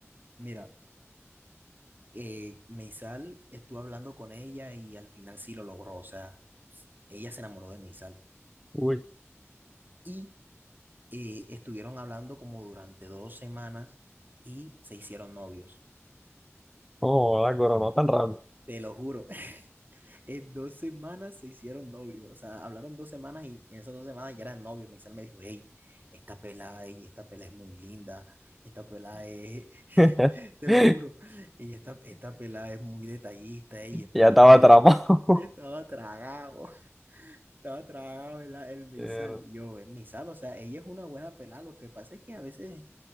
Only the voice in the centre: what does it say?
uy,
oh, la coronó no tan rápido.
<laughs>
Ya estaba
tramado.
<laughs> Mierda,